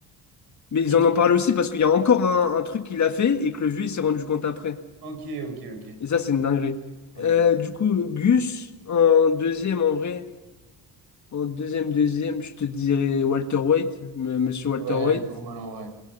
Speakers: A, on the left; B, on the right.
A: Mais ils
B: Je-
A: en ont parlé aussi parce qu'il y a encore un, un truc qu'il a fait et que le vieux il s'est rendu compte après.
B: Ok, ok, ok.
A: Et ça, c'est une dinguerie.
B: Ok.
A: Euh, du coup, Gus, en deuxième en vrai, en deuxième, deuxième, je te dirais Walter White, m- monsieur Walter
B: Ouais,
A: White.
B: normal en vrai.